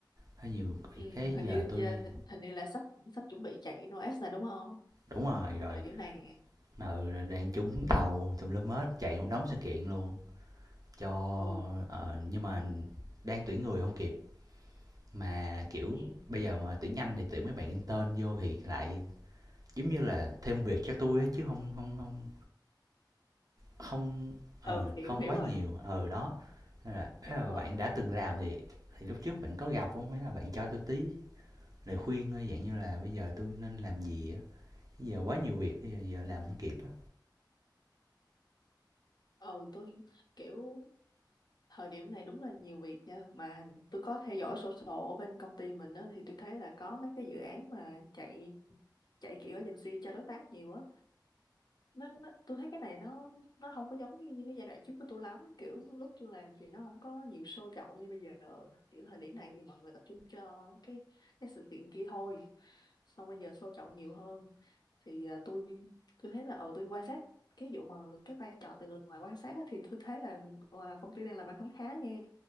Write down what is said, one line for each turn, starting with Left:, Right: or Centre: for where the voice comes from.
Right: hơi nhiều
Left: ừ,
Right: việc cái
Left: hình
Right: giờ
Left: như
Right: tôi
Left: giờ- hình như là sắp sắp chuẩn bị chạy Noes rồi đúng không
Right: đúng rồi rồi.
Left: thời điểm này nè
Right: Ừ,
Left: ừ
Right: rồi đang trúng thầu tùm lum hết, chạy một đống sự kiện luôn cho
Left: ừ
Right: ờ, nhưng mà đang tuyển người không kịp mà kiểu
Left: ừ
Right: bây giờ mà tuyển nhanh thì tuyển mấy bạn intern vô thì lại giống như là thêm việc cho tôi á chứ không không không không ờ
Left: ừ, hiểu
Right: không
Left: hiểu
Right: quá
Left: rồi
Right: nhiều ờ đó Nên là, thế
Left: hiểu
Right: là
Left: rồi
Right: bạn đã từng làm thì thì lúc trước bạn có gặp không hay là bạn cho tôi tí lời khuyên thôi dạng như là bây giờ tôi nên làm gì á bây giờ quá nhiều việc bây giờ, giờ làm
Left: ừ
Right: không kịp á
Left: ừ tôi kiểu thời điểm này đúng là nhiều việc nha mà tôi có theo dõi sổ sổ ở bên công ty mình đó thì tôi thấy là có mấy cái dự án mà chạy chạy kiểu agency cho đối tác nhiều á nó, nó tôi thấy cái này nó nó không có giống như, như cái giai đoạn trước của tôi lắm kiểu lúc tôi làm thì nó không có nhiều show chậu như bây giờ kiểu thời điểm này thì mọi người tập trung cho cái cái sự kiện kia thôi xong bây giờ show chậu nhiều hơn thì à, tôi tôi thấy là ờ tôi quan sát cái vụ mà cái vai trò từ người ngoài quan sát á, thì tôi thấy là à, công ty đang làm ăn khá khá nha